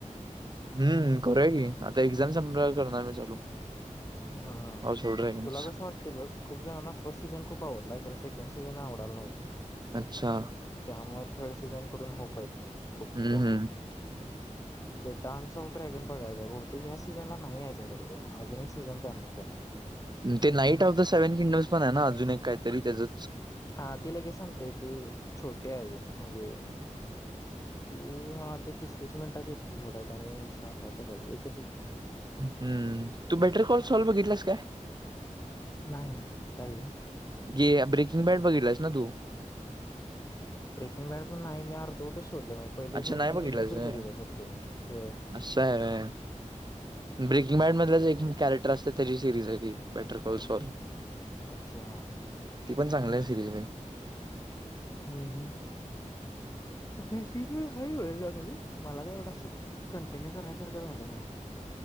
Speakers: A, on the right (about 35°); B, on the left (about 25°).
A: हम्म करूय की आता एझाम संपल्या वार करणार मी चालू.
B: हम
A: हाऊस ऑफ ड्रॅगन्स.
B: तुला कसं वाटतते बघ खूप जणांना फर्स्ट सीझन खूप आवडलाय. सेकंड सीझन आवडाला नाही
A: अच्छा
B: त्यामुळे थर्ड सीझन कडून होप आहेत. खूप
A: हम्म
B: जाणना.
A: हम्म
B: द डान्स ऑफ ड्रॅगन बघायच बहुतेक ह्या सीझन ला नाही यायचा खरं तो अजून स चालणार त्याला.
A: ते night of the
B: fourth
A: seven kingdoms पण आहे ना अजून एक काहीतरी त्याचं.
B: हा तिला लगेच संपतंय ते छोटे आहे म्हणजे. ते मला वाटते तीस तीस मिनिटाचे एपिसोड आहेत आणि सहा सातच आहेत एक.
A: हम्म तू बॅटर कॉल सॉल्व बघितलास काय.
B: नाही काही.
A: गे ब्रेकिंग बॅट बघितलास ना तू.
B: ब्रेकिंग बॅड पण नाही मी अर्धोटच सोडणज पहिले
A: अच्छा
B: दोन
A: नाही
B: तीन
A: बघितलास
B: एपिसोड
A: व्हय.
B: बघितले फक्त मी होय.
A: असं आहे व्हय ब्रेकिंग बॅट मधच एक कॅरेक्टर असते त्याची सिरीज आहे ती बॅटर कॉल्स व.
B: अच्छा
A: ती पण चांगली आहे सिरीज रे.
B: हम् हम्म. ह वेळग मला का एवढं अस कंटिन्यू करण्यासारखं झालं नाही. <inaudible>